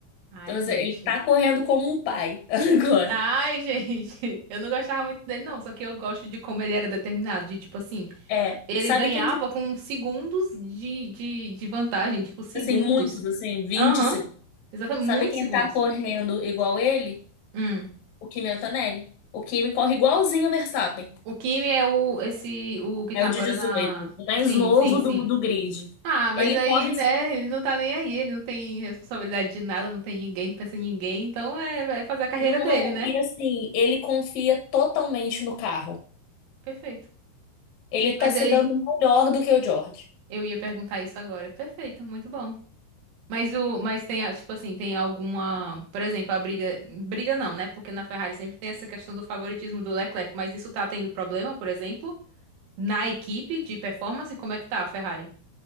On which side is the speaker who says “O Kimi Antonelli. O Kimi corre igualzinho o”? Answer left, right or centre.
Left